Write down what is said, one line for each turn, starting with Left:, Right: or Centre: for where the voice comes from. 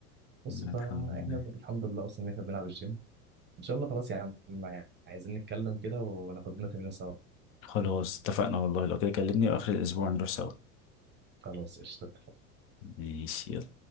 Right: بس
Left: الحمد
Right: فاحنا
Left: لله
Right: الحمد لله اصلا ان احنا بنلعب الجيم ان شاء الله خلاص يا عم عايزين نتكلم كده وناخد لنا تمرين سوا
Left: خلاص اتفقنا والله لو كده كلمني واخر الاسبوع نروح سوا
Right: خلاص قشطة
Left: ماشي يلا